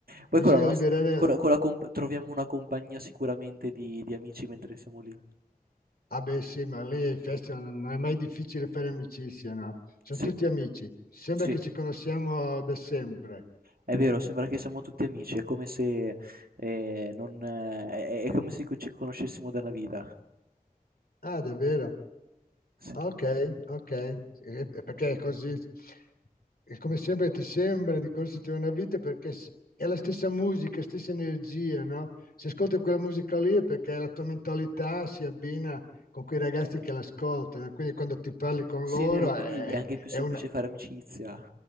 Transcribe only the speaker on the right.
Poi
con la nos
con la con la comp troviamo una compagnia sicuramente di di amici mentre siamo lì.
Sì,
sì,
è vero, sembra che siamo tutti amici, è come se, ehm, non eh, è è come se co ci conoscessimo da una vita.
Sì.
Sì,
è vero, quindi
è anche più
semplice
fare amicizia.